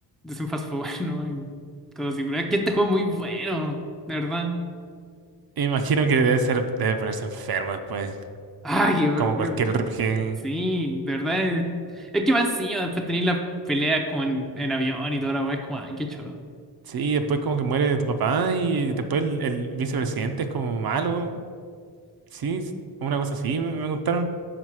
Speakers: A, in the centre; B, on the right.
A: es un fast forward, <laughs> ¿no? hay cosas así, pero es que este juego es muy bueno, de verdad.
B: Imagino que debe ser, debe ponerse enfermo después,
A: Ay, eh,
B: como cualquier
A: eh,
B: RPG.
A: sí, de verdad. eh, Es que más encima después tenéis las peleas como en, en avión y toda la weá, es como, ay, qué choro.
B: Sí, después como que muere tu papá y después el, el vicepresidente es como malo. Sí, es una cosa así me, me contaron.